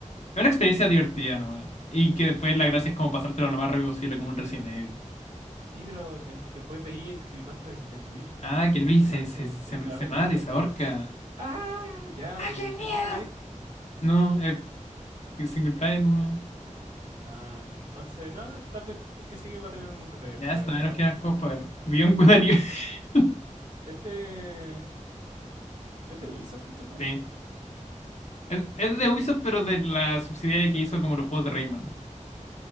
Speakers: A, on the left; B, on the right.
A: Es una experiencia divertida nomás. Y que después la gracia es como pasártelo lo más rápido posible, como un Resident Evil.
B: Sí, pero de- después veí el creepypasta del, del Luis, de
A: Ah,
B: Luis,
A: que
B: po,
A: Luis
B: que
A: se,
B: aparece,
A: se, se,
B: en, eh, habla
A: se mata
B: en el teléfono.
A: y se ahorca.
B: ¡Ah! Ya,
A: ¡Ah,
B: eh,
A: qué miedo!
B: ¿tiene multiplayer?
A: No, es es single player nomás.
B: Ah, entonces, no, tal vez el que sigue va a tener un multiplayer.
A: Ya,
B: Pa,
A: si todavía
B: pa-
A: nos quedan juegos para ver. Beyond Good and Evil. <laughs>
B: Este, ¿es de Ubisoft este juego?
A: Sí. Es, es de Ubisoft, pero de la subsidiaria que hizo como los juegos de Rayman.